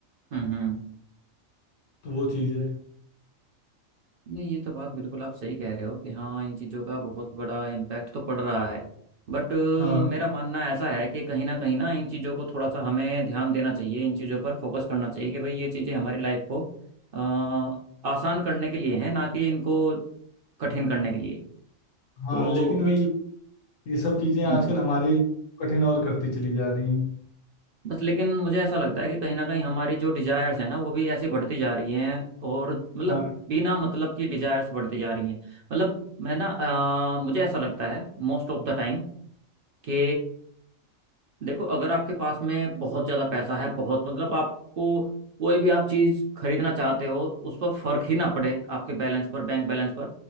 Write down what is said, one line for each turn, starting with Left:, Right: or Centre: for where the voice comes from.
Right: हम्म हम्म
Left: तो वो चीज़ है
Right: नहीं ये तो बात बिल्कुल आप सही कह रहे हो कि हाँ इन चीज़ों का बहुत बड़ा इम्पैक्ट तो पड़ रहा है बट
Left: हाँ
Right: मेरा मानना ऐसा है कि कहीं ना कहीं ना इन चीज़ों को थोड़ा सा हमें ध्यान देना चाहिए इन चीज़ों पर फोकस करना चाहिए कि भाई ये चीज़ें हमारी लाइफ को अ, आसान करने के लिए हैं ना कि इनको कठिन करने के लिए
Left: हाँ
Right: तो
Left: लेकिन वही ये सब चीज़ें
Right: हम्म
Left: आजकल हमारे कठिन और करती चली जा रही हैं
Right: बस लेकिन मुझे ऐसा लगता है कि कहीं ना कहीं हमारी जो डिजायर्स है ना वो भी ऐसी बढ़ती जा रही हैं और मतलब
Left: हाँ
Right: बिना मतलब की डिजायर्स बढ़ती जा रही हैं मतलब मैं ना अ, मुझे ऐसा लगता है मोस्ट ऑफ द टाइम कि देखो अगर आपके पास में बहुत ज्यादा पैसा है बहुत मतलब आपको कोई भी आप चीज खरीदना चाहते हो उस पर फर्क ही ना पड़े आपके बैलेंस पर बैंक बैलेंस पर